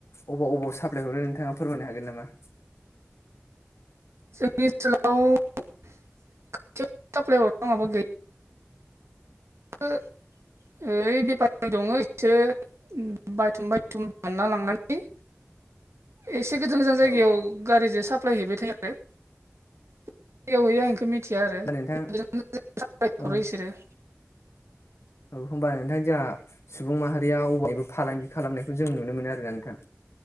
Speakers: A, on the left; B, on the right.
A: अबाव अबाव सा फ्लाय हरो नोंथां फोरमायनो हागोन नामा?
B: जोंनि ओनसोलाव खाथियाव साफ्लाय हरनो माबा गैया। <inaudible> ओइ बेफारि दङ एसोर बायथुम बायथुम बोनना लांनानै एसे गोजान गोजान जायगायाव
A: औ
B: गारिजों साफ्लाय हैबाय थायो आरो बबेयाव‌ हैयो आं एखौ मिथिया आरो गोजान‌
A: औ नोंथां
B: गोजान साब्लाय हरो
A: औ
B: बिसोरो।
A: औ ओमबा नोंथां जोंहा सुबुं माहारिया औवानिबो फालांगि खालामनायखौ जों नुनो मोनो आरोना नोंथां।